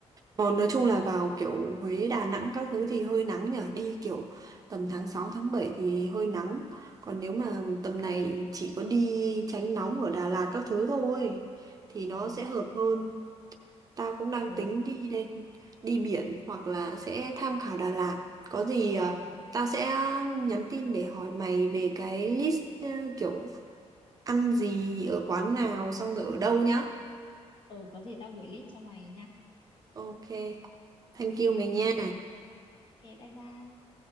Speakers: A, on the right; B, on the left.
A: Còn nói chung là vào kiểu Huế, Đà Nẵng các thứ thì hơi nắng nhở. Đi kiểu tầm
B: ừ
A: tháng 6 tháng 7 thì hơi nắng. Còn nếu mà tầm này chỉ có đi tránh nóng ở Đà Lạt các thứ thôi thì nó
B: ừ
A: sẽ hợp hơn. Tao cũng đang
B: ừ
A: tính đi đây đi biển hoặc là sẽ tham khảo Đà Lạt. Có gì à,
B: ừ
A: tao sẽ nhắn tin để hỏi mày về cái list ờ, kiểu ăn gì ở quán nào xong rồi ở đâu nhá.
B: ừ có gì tao gửi list cho mày nha
A: Ok, thank
B: ok
A: you mày nha.
B: ok bye bye